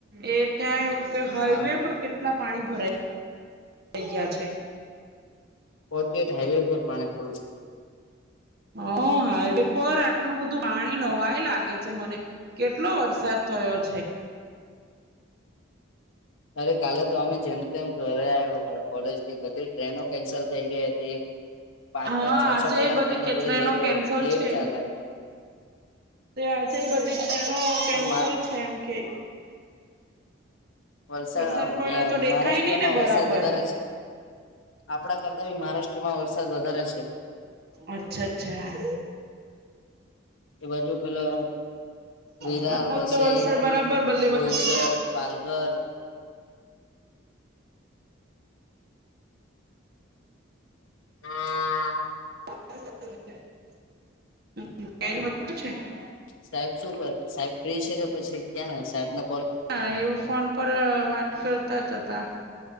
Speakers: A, on the right; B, on the left.
A: એ ત્યાં એવું કે હાઈવે
B: હા હા
A: પર કેટલા પાણી ભરાય. થઈ ગયા છે.
B: ફોર્ટી એટ હાઈવે ઉપર પાણી ફુલ છે.
A: હ હાઈવે પર આટલું બધું પાણી નવાઈ લાગે છે મને. કેટલો વરસાદ થયો છે.
B: અરે કાલે તો અમે જેમ તેમ ઘરે આવ્યા કોલેજ થી બધી ટ્રેનો કેન્સલ થઈ ગઈ હતી. પાંચ
A: હા
B: પાંચ
A: આજે
B: છ છ કલાક ટ્રેનો
A: કે
B: બધી લેટ
A: કેન્સલ
B: લેટ
A: છે
B: ચાલે.
A: તે આજે બધી ટ્રેનો કેન્સલ
B: આમ
A: છે એમ કે.
B: વલસા
A: વરસાદ
B: અહીંયા
A: પડે તો
B: મહારાષ્ટ્રમાં
A: દેખાય નહી ને બરાબર
B: વરસાદ વધારે છે. આપડા કરતા બી મહારાષ્ટ્રમાં વરસાદ વધારે છે.
A: અચ્છા અચ્છા હા.
B: એ બાજુ પેલો વિરાર
A: આ વખતે
B: વસઈ
A: વરસાદ બરાબર બલ્લેબાજી
B: બોઈસર. પાલઘર. <unintelligible>
A: <inaudible>
B: સાહેબ શું કરે સાહેબ ફ્રી શે કે પછી ક્યાં સાહેબ ને?
A: હા એ ફોન પર વાત કરતા જ હતા